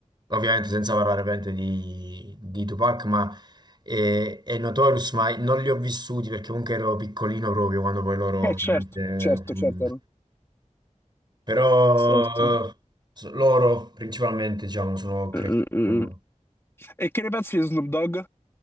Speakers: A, on the right; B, on the left.
A: ovviamente senza parlare ovviamente di, di Tupac, ma eh, è Notorious, ma non li ho vissuti perché comunque ero piccolino proprio quando poi loro...
B: Eh,
A: ovviamente,
B: certo, certo,
A: mm,
B: certo.
A: Però
B: Certo.
A: eh, s- loro principalmente, diciamo, sono cresciuti.
B: Eh, eh, eh.
A: con-
B: E che ne pensi di Snoop Dogg?